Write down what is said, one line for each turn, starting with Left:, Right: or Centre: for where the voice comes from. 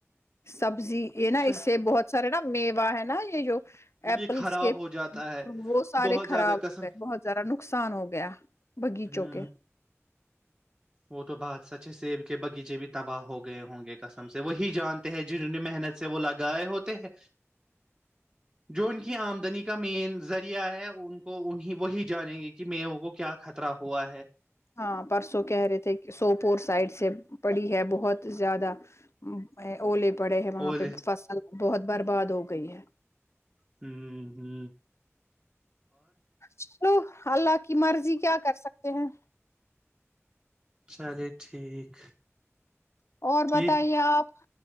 Left: سبزی یہ نا
Right: ہ
Left: اس سے بہت سارے ج نا میوا ہے نا یہیگ ایپلس
Right: یہ خراب
Left: کے
Right: ہو جاتا ہے
Left: وہ سارے
Right: بہت
Left: خراب
Right: زیادہ کسم
Left: ہو گئے بہت زیادا نقصان ہو گیا بغیچوں
Right: ہ
Left: کے
Right: وہ تو بات سچ ہے سیب کے باغیچے بھی تباہ ہو گئے ہوں گے کسم سے وہی جانتے ہیں جنہوں نے محنت سے وہ لگائے ہوتے ہیں جو ان کی آمدنی کا مین ذریعہ ہے ان کو انیں وہی جانیں گے کہ موں کو کیا خطرہ ہوا ہے
Left: ہاں پرسوں کہہ رہے تھے کہ سوپور سائڈ سے پڑی ہے بہت زیادہ اوولے پڑے ہے وہاں
Right: اولے
Left: پہ فصل بہت برباد ہو گئی ہے
Right: ہوں ہ
Left: چلو اللہ کی مرضی کیا کر سکتے ہیں
Right: چلے ٹھیک
Left: اور بتائیے
Right: یہ
Left: آپ